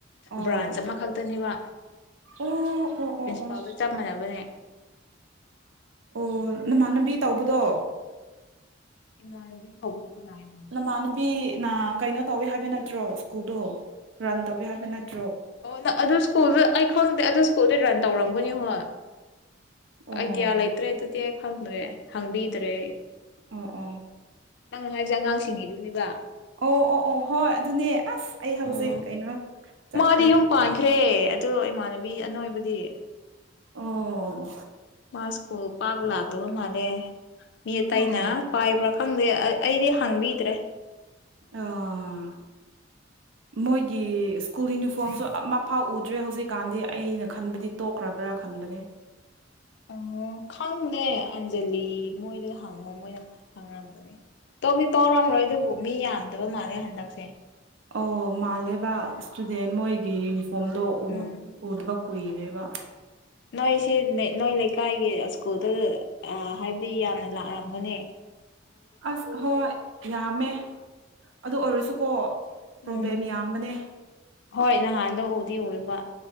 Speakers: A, on the right (about 80°); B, on the left (about 65°).
A: ꯑꯣ
B: ꯕ꯭ꯔꯥꯟꯁ ꯑꯃꯈꯛꯇꯅꯦꯕ
A: ꯑꯣ ꯑꯣ ꯑꯣ ꯑꯣ
B: ꯄꯥꯎꯗꯣ ꯆꯞ ꯃꯥꯟꯅꯕꯅꯦ
A: ꯑꯣ
B: ꯑꯗꯨꯒꯤ
A: ꯅꯃꯥꯟꯅꯕꯤ ꯇꯧꯕꯗꯣ
B: ꯏꯃꯅꯕꯤ ꯇꯧꯕꯗꯨ ꯀꯅꯥꯥꯏꯅ
A: ꯅꯃꯥꯟꯅꯕꯤ ꯅ ꯀꯩꯅꯣ ꯇꯧꯋꯤ ꯍꯥꯏꯕ ꯅꯠꯇ꯭ꯔꯣ ꯁ꯭ꯀꯨꯜꯗꯣ ꯔꯟ ꯇꯧꯋꯤ ꯍꯥꯏꯕ ꯅꯠꯇ꯭ꯔꯣ
B: ꯑꯣ ꯅꯪ ꯑꯗꯨ ꯁ꯭ꯀꯨꯜꯗ ꯑꯩ ꯈꯪꯗꯦ ꯑꯗꯨ ꯁ꯭ꯀꯨꯜꯗ ꯔꯟ ꯇꯧꯔꯝꯒꯅꯤ ꯍꯣ
A: ꯑꯣ
B: ꯑꯥꯏꯗꯤꯌꯥ ꯂꯩꯇ꯭ꯔꯦ ꯑꯗꯨꯗꯤ ꯑꯩ ꯈꯪꯗ꯭ꯔꯦ ꯍꯪꯕꯤꯗ꯭ꯔꯦ
A: ꯑꯣ ꯑꯣ
B: ꯅꯪꯅ ꯍꯥꯏꯁꯦ ꯑꯉꯥꯡꯁꯤꯡꯉꯗꯨꯅꯦꯕ
A: ꯑꯣ ꯑꯣ ꯑꯣ ꯍꯣꯏ ꯑꯗꯨꯅꯦ ꯑꯁ ꯑꯩ ꯍꯧꯖꯤꯛ
B: ꯑꯣ
A: ꯀꯩꯅꯣ ꯆꯠꯈ꯭ꯔꯦ
B: ꯃꯥꯗꯤ ꯌꯨꯝ ꯄꯥꯟꯈ꯭ꯔꯦ ꯑꯗꯣ ꯏꯃꯥꯟꯅꯕꯤ ꯑꯅꯣꯏꯕꯗꯤ
A: ꯑꯣ
B: ꯃꯥ ꯄꯥꯛ ꯂꯥꯛꯗꯕ ꯃꯥꯂꯦ ꯃꯤ ꯑ ꯇꯥꯏꯅ
A: ꯑꯣ
B: ꯄꯥꯏꯕ꯭ꯔꯥ ꯈꯪꯗꯦ ꯑꯩꯗꯤ ꯍꯥꯡꯕꯤꯗ꯭ꯔꯦ
A: ꯑ ꯃꯣꯏꯒꯤ ꯁ꯭ꯀꯨꯜ ꯌꯨꯅꯤꯐꯣꯔꯝꯁꯨ ꯑꯃꯐꯥꯎ ꯎꯗ꯭ꯔꯦ ꯍꯧꯖꯤꯛꯀꯥꯟꯗꯤ ꯑꯩꯅ ꯈꯟꯕꯗꯤ ꯇꯣꯛꯈ꯭ꯔꯕ꯭ꯔꯥ ꯈꯟꯕꯅꯦ
B: ꯑꯣ ꯈꯪꯗꯦ ꯑꯟꯖꯂꯤ ꯃꯣꯏꯗ ꯍꯪꯉꯣ ꯃꯣꯏꯅ ꯈꯪꯅꯔꯝꯒꯅꯤ ꯇꯧꯏ ꯇꯧꯔꯝꯔꯣꯏ ꯑꯗꯨꯕꯨ ꯃꯤ ꯌꯥꯝꯗꯕ ꯃꯥꯜꯂꯦ ꯍꯟꯗꯛꯁꯦ
A: ꯑꯣ ꯃꯥꯜꯂꯦꯕ ꯏꯁꯇꯨꯗꯦꯟ ꯃꯣꯏꯒꯤ ꯌꯨꯅꯤꯐꯣꯔꯝꯗꯣ ꯎ
B: ꯎꯝ
A: ꯎ ꯗꯕ ꯀꯨꯏꯔꯦꯕ
B: ꯅꯣꯏꯁꯤ ꯅꯣꯏ ꯂꯩꯀꯥꯏꯒꯤ ꯁ꯭ꯀꯨꯜꯗ ꯑ ꯍꯥꯏꯕꯗꯤ ꯌꯥꯝꯅ ꯂꯥꯛꯂꯝꯒꯅꯤ
A: ꯑꯁ ꯍꯣꯏ ꯌꯥꯝꯃꯦ ꯑꯗꯨ ꯑꯣꯏꯔꯁꯨꯀꯣ ꯄ꯭ꯔꯣꯕ꯭ꯂꯦꯝ
B: ꯎꯝ
A: ꯌꯥꯝꯕꯅꯦ
B: ꯍꯣꯏ ꯅꯍꯥꯟꯗ ꯎꯗꯤ ꯎꯕ